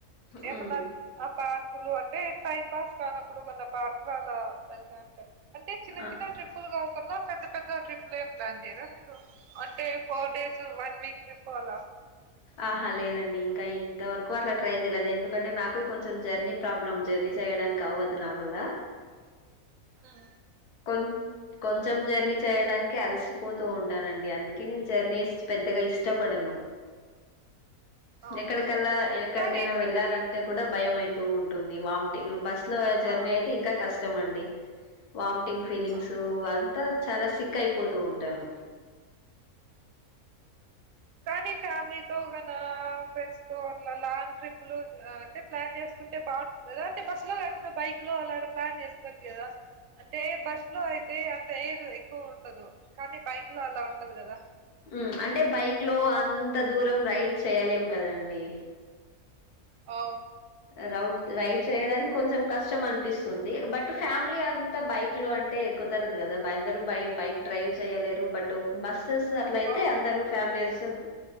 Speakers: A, on the left (about 85°); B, on the right (about 70°).
A: హ్మ్
B: ఏమన్నా ఆ పార్కులు అంటే టైమ్ పాస్ కానప్పుడు కొన్న పార్కులు అలా వెళ్తాంటే అంటే చిన్న
A: ఆ
B: చిన్న ట్రిప్పులు కాకున్నా పెద్ద పెద్ద ట్రిప్పులు ఏం ప్లాన్ చేయరా అంటే four days one week trip అలా
A: ఆహా లేదండి ఇంకా ఇంతవరకు అట్లా ట్రై చేయలేదు ఎందుకంటే నాకు కొంచెం జర్నీ ప్రాబ్లమ్ జర్నీ చేయడానికి అవ్వదు నా వల్ల
B: హు
A: కొ <unintelligible> కొంచెం జర్నీ చేయడానికె అలసిపోతూ ఉంటానండి అందుకే నేను జర్నీస్ పెద్దగా ఇష్టపడను
B: అవును
A: ఎక్కడికెలా ఎక్కడికైనా
B: కానీ
A: వెళ్ళాల అంటే కూడా భయం అయితూ ఉంటుంది వాంథింగ్ బస్ లో జర్నీ
B: ఆ
A: అయితే ఇంకా కష్టం అండి వామిటింగ్ ఫీలింగ్స్
B: అవునవును
A: అంతా చాలా సిక్ అయిపోతూ ఉంటాను
B: కానీ ఫ్యామిలీతో గన ఫ్రెండ్స్ తో అట్లా లాంగ్ ట్రిప్లు అంటే ప్లాన్ చేసుకుంటే బాగుంటుంది కదా అంటే బస్సు లో కాకుండా బైక్ లో అలాగ ప్లాన్ చేసుకోచ్చు కదా అంటే బస్ లో అయితే అంత ఎయిర్ ఎక్కువ ఉండదు కానీ బైక్ లో అలా ఉండదు కదా
A: హుమ్ అంటే బైక్ లో అంత దూరం రైడ్ చేయలేం కదండి
B: హా
A: రౌడ్ రైడ్ చేయడానికి కొంచెం కష్టం అనిపిస్తుంది బట్ ఫ్యామిలీ అంతా బైక్ లో అంటే కుదరదు కదా అందరు బైక్ డ్రైవ్ చేయలేరు బట్ బస్ అట్ల అయితే
B: ఓ
A: అందరు ఫ్యామిలీ వస్తారు